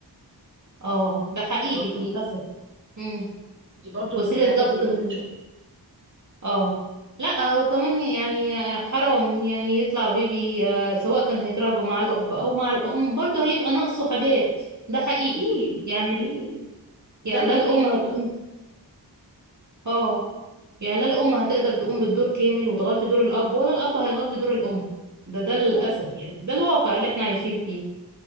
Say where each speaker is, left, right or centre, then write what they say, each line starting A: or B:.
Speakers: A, on the right (about 45°); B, on the right (about 30°).
A: اه ده حقيقي
B: دي برضه
A: للأسف مم.
B: دي برضه
A: وسيلة
B: من الحاجات
A: ضغط
B: اللي
A: م-
B: بقينا نشوفها
A: اه لا وكمان ي- يعني حرام يعني يطلع بيبي آه، سواء كان هيتربى مع الأب أو مع الأم برضه هيبقى ناقصه حاجات ده حقيقي
B: اكيد
A: يعني
B: اكيد
A: ال- يعني
B: ذنبه
A: لا الأم
B: ايه هو
A: هتقوم اه يعني لا الأم هتقدر تقوم بالدور كامل وتغطي دور الأب ولا الأب هيغطي دور الأم ده ده
B: بالظبط
A: للأسف يعني ده الواقع اللي احنا عايشين فيه